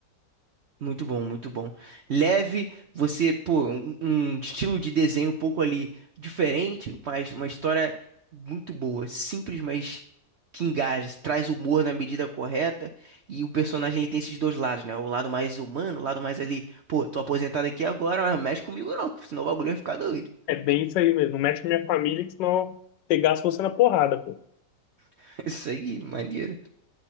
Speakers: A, on the right; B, on the left.
A: Muito bom, muito bom. Leve, você, pô, um, um estilo de desenho um pouco ali diferente, mas uma história muito boa. Simples, mas que engaja, traz humor na medida correta. E o personagem ele tem esses dois lados, né? O lado mais humano, o lado mais ali, pô, tô aposentado aqui agora, mas não mexe comigo não, que senão o bagulho vai ficar doido.
B: É bem isso aí mesmo. Não mete com minha família, que senão pegasse você na porrada, pô.
A: <laughs> Isso aí, maneiro.